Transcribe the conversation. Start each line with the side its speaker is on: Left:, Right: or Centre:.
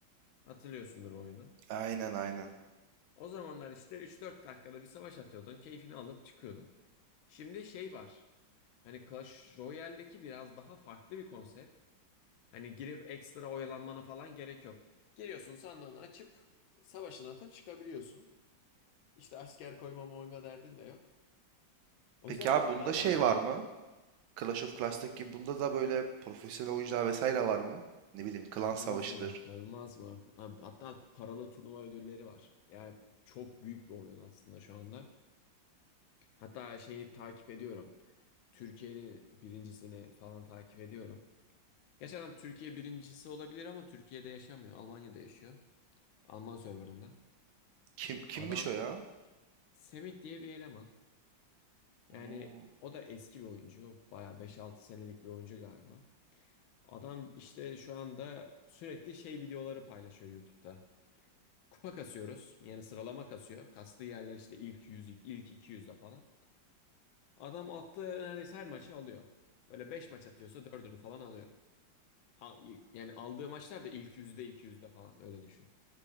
Left: Hatırlıyorsundur o oyunu.
Right: Aynen aynen.
Left: O zamanlar işte 3-4 dakikada bir savaş atıyordun. Keyfini alıp çıkıyordun. Şimdi şey var. Hani Clash Royale'deki biraz daha farklı bir konsept. Hani girip ekstra oyalanmana falan gerek yok. Giriyorsun sandığını açıp savaşını atıp çıkabiliyorsun. İşte asker koyma moyma derdin de yok. O
Right: Peki
Left: yüzden
Right: abi
Left: bir tık
Right: bunda
Left: daha rahattı.
Right: şey var mı? Clash of Clans'taki gibi bunda da böyle profesyonel oyuncular vesaire var mı? Ne bileyim klan
Left: Olmaz
Right: savaşıdır.
Left: mı? Olmaz mı? Abi, hatta paralı turnuva ödülleri var. Yani çok büyük bir oyun aslında şu anda. Hatta şeyi takip ediyorum. Türkiye'nin birincisini falan takip ediyorum. Geçen adam Türkiye birincisi olabilir ama Türkiye'de yaşamıyor. Almanya'da yaşıyor. Alman serverında.
Right: Kim kimmiş
Left: Adam
Right: o ya?
Left: Semih diye bir eleman. Yani
Right: Hmm,
Left: o da eski bir oyuncu. Bayağı beş altı senelik bir oyuncu galiba. Adam işte şu anda sürekli şey videoları paylaşıyor YouTube'da. Kupa kasıyoruz. Yani sıralama kasıyor. Kastığı yerler işte ilk 100 ilk iki yüzde falan. Adam attığı neredeyse her maçı alıyor. Öyle 5 maç atıyorsa dördünü falan alıyor. A- Yani aldığı maçlar da ilk yüzde iki yüzde falan öyle düşün.